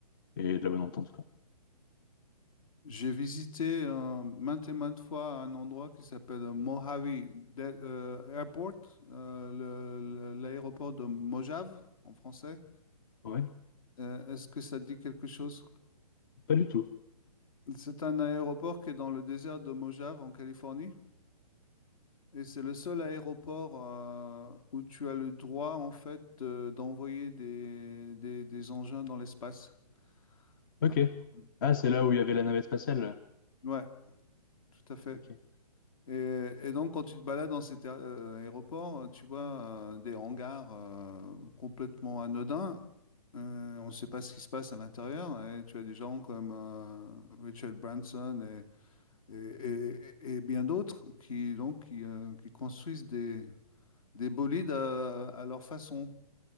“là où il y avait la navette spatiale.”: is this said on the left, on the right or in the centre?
Left